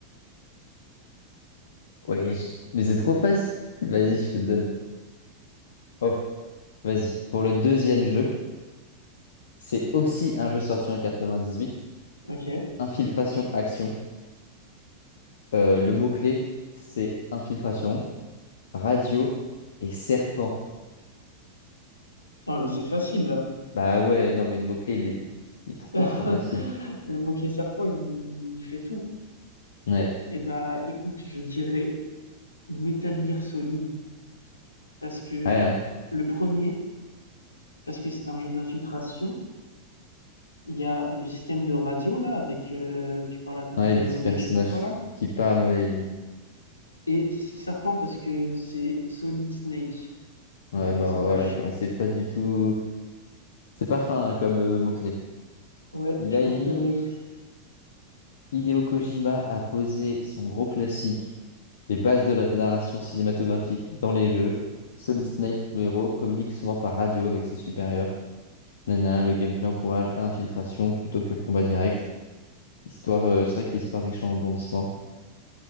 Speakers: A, on the left; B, on the left.
A: Oui, je- mais c'est trop facile. Vas-y, je te donne. Oh, vas-y. Pour le deuxième jeu, c'est aussi un jeu sorti en 98.
B: Ok. Ouais,
A: Infiltration, action. Euh, le mot-clé, c'est infiltration, radio et serpent.
B: mais c'est facile, là.
A: Bah ouais, non, mais le mot-clé, il est, il est trop,
B: <laughs>
A: trop facile.
B: Le mot-clé serpent, il, il fait tout.
A: Ouais,
B: Et bah, écoute, je dirais Metal Gear Solid. Parce que
A: ouais, hein.
B: le premier, parce que c'est un jeu d'infiltration, il y a le système de radio, là, avec... euh, tu parles à ton
A: Ouais,
B: colonel,
A: les petits personnages
B: je sais pas quoi, là.
A: qui parlent, ouais, oui.
B: Et serpent, parce que c'est Solid Snake.
A: Ouais,
B: les personnages.
A: bon, voilà, quoi. C'est pas du tout. C'est pas fin hein, comme euh, mot-clé.
B: Ouais,
A: Il
B: je
A: a
B: pense
A: dit,
B: qu'il y a mieux.
A: Hideo Kojima a posé son gros classique, les bases de la narration cinématographique dans les jeux. Solid Snake, le héros, communique souvent par radio avec ses supérieurs. Nana, le gameplay encourage à l'infiltration plutôt que le combat direct. Histoire, euh, c'est vrai que l'histoire riche en rebondissements.